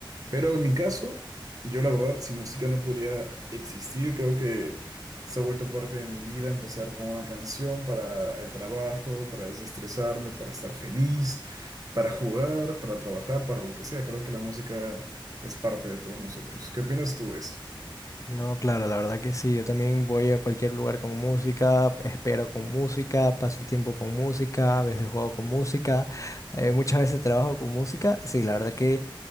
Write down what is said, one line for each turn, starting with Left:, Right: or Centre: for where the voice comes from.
Right: Pero en mi caso, yo la verdad, sin música no podría existir. Creo que se ha vuelto parte de mi vida empezar con una canción para el trabajo, para desestresarme, para estar feliz, para jugar, para trabajar, para lo que sea. Creo que la música es parte de todos nosotros. ¿Qué opinas tú de esto?
Left: No, claro, la verdad que sí. Yo también voy a cualquier lugar con música, espero con música, paso el tiempo con música, a veces juego con música, eh, muchas veces trabajo con música. Sí, la verdad que,